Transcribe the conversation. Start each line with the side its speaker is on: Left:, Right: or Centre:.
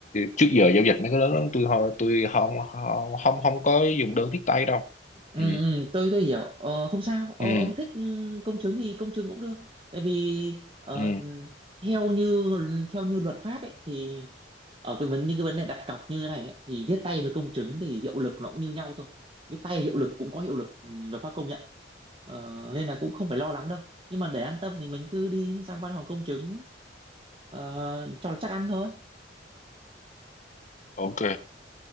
Left: trước giờ giao dịch mấy cái lớn lớn tôi ho- tôi không không không không có dùng đơn viết tay đâu
Right: Ừ,
Left: ừ
Right: ừ, tôi tôi hiểu ờ, không sao ờ,
Left: ừ
Right: ông thích ừ, công chứng thì công chứng cũng được tại vì ờ,
Left: ừ
Right: theo như theo như luật pháp ấy thì ở cái vấn những cái vấn đề đặt cọc như thế này ấy, thì viết tay với công chứng thì hiệu lực nó cũng như nhau thôi viết tay hiệu lực cũng có hiệu lực ừ, luật pháp công nhận Ờ, nên là cũng không phải lo lắm đâu nhưng mà để an tâm thì mình cứ đi sang văn phòng công chứng ờ, cho nó chắc ăn thôi
Left: ok